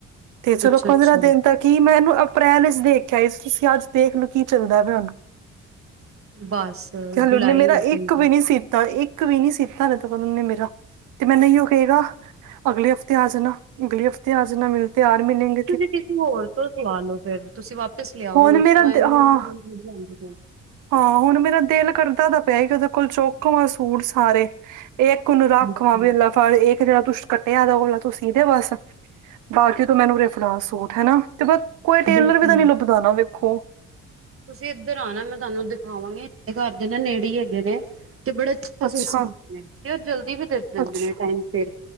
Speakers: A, on the right; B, on the right.
A: ਤੇ ਚਲੋ
B: ਅੱਛਾ-ਅੱਛਾ
A: ਪੰਦਰਾ ਦਿਨ ਤਾਂ ਕੀ ਮੈਂ ਇਹਨੂੰ ਅਪ੍ਰੈਲ ਵਿਚ ਦੇ ਕੇ ਆਯੀ ਸੀ, ਤੁਸੀਂ ਅੱਜ ਦੇਖ ਲਓ ਕੀ ਚੱਲਦਾ ਪਿਆ ਹੁਣ।
B: ਬਸ ਜੁਲਾਈ
A: ਤੇ ਹਲੇ ਉਹਨੇ ਮੇਰਾ
B: ਹੋ ਜਾਊਗਾ,
A: ਇੱਕ ਵੀ ਨੀ ਸੀ ਤਾਂ ਇੱਕ ਵੀ ਨੀ ਸੀਤਾ ਹਾਲੇ ਤੱਕ ਓਨੇ ਮੇਰਾ ਤੇ ਮੈਨੂੰ ਇਹੀਓ ਕਹੇਗਾ। ਅਗਲੇ ਹਫ਼ਤੇ ਆ ਜਾਣਾ, ਅਗਲੇ ਹਫ਼ਤੇ ਆ ਜਾਣਾ <unintelligible> ਤਿਆਰ ਮਿਲੇਗੇ।
B: ਤੁਸੀਂ ਕਿਸੇ ਹੋਰ ਤੋਂ ਸੁਆ ਲਓ ਫੇਰ ਤੁਸੀਂ ਵਾਪਿਸ ਲਿਆਓ
A: ਹੁਣ
B: ਉਸ
A: ਮੇਰਾ
B: ਤੋ ਇਹਨੂੰ
A: ਹਾਂ
B: <unintelligible> ਥੋੜੀ ਲੈਨੇ ਪਏ ਆ।
A: ਹਾਂ ਹੁਣ ਮੇਰਾ ਦਿਲ ਕਰਦਾ ਤਾਂ ਪਿਆ, ਕਿ ਉਹਦੇ ਕੋਲ ਚੌਕ ਆਵਾ ਸੂਟ ਸਾਰੇ। ਇਹ ਉਹਨੂੰ ਰੱਖ
B: ਹਾਂਜੀ,
A: ਵਾਂ ਵੀ ਐਲਾ ਫੜ ਇੱਕ ਜਿਹੜਾ ਤੁਸੀਂ ਕੱਟਿਆ ਦਾ ਉਹਲਾ ਤੂੰਂ ਸੀ ਦੇ ਬਸ। ਬਾਕੀ ਤੋਂ ਮੈਨੂੰ ਊਰੇ ਫੜਾ ਸੂਟ ਹਨਾ, ਤੇ ਕੋਈ ਟੇਲਰ
B: ਬਿਲਕੁਲ
A: ਵੀ ਤਾਂ ਨਈਂ ਲੱਭਦਾ ਨਾ ਵੇਖੋ।
B: ਤੁਸੀਂ ਇੱਧਰ ਆਣਾ ਮੈਂ ਤੁਹਾਨੂੰ ਦਿਖਾਵਾਂਗੀ ਘਰ ਦੇ ਨਾ ਨੇੜੇ ਈ ਹੈਗੇ ਨੇ ਤੇ ਬੜੇ ਬੜੇ
A: ਅੱਛਾ
B: ਸੋਹਣੇ ਸੂਟ ਸੀਂਦੇ ਨੇ ਫੇਰ ਜਲਦੀ ਵੀ ਦੇ ਦਿੰਦੇ
A: ਅੱਛਾ
B: ਨੇ ਟਾਈਮ ਅ ਸਿਰ